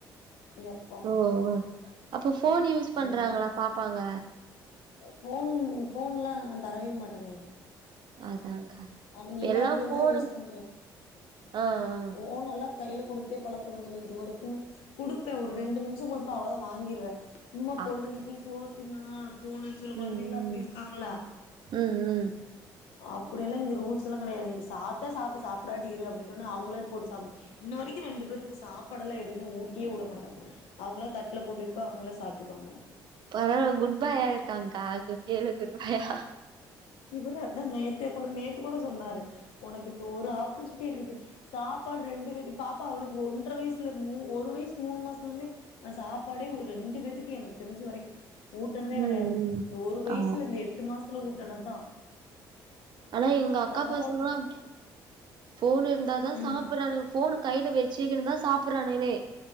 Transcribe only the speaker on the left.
எப்பா
அதனால
ஃபோன் ஃபோன்லாந் தரவே மாட்டனே
அவங்க
இல்லாத
போதுதா
யூஸ் பண்ணுவே
ஃபோனெல்லா கையில குடுத்தே பழக்கணதில்ல இது வரைக்குமே குடுப்பே ஒரு ரெண்டு நிமிஷம் குடுப்பே அவ்ளோதா வாங்கிருவே சும்மா
பொழுதன்னைக்கு சோர் த்து நா போனு சில கொழந்தைங்களா
அப்படி இருக்காங்களா
அப்படியெல்லா இங்க ரூல்ஸ் எல்லா கெடையாது சாப்ட்டா சாப்டு சாப்டாட்டி இரு அப்படின்னனோ அவங்களே போட்டு சாப்ப இன்ன வரைக்கு ரெண்டு பேத்துக்கு சாப்பாடு எல்லா எதுமே ஊட்டியே உட மாட்டே அவங்களா தட்டுல போட்டு வைப்பே அவங்களே சாப்டுக்குவாங்க
இவரு அதா நேத் தேக்கூட நேத்துக் கூட சொன்னாரு ஒனக்கு இந்த ஒரு ஆப்பர்ச்சுனிட்டி இருக்குது சாப்பாடு ரெண்டு பேத் பாப்பா அவளுக்கு ஒன்ற வயசுல மூ ஒரு வயசு மூணு மாசத்துலருந்தே நா சாப்பாடே ரெண்டு பேத்துக்கு எனக்கு தெரிஞ்ச வரைக்கு ஊட்டனதே
கெடையாது
இந்த ஒரு வயசுல
இந்த எட் மாசத்துல ஊட்டனதுதா
பாப்பாவுக்கு
ம்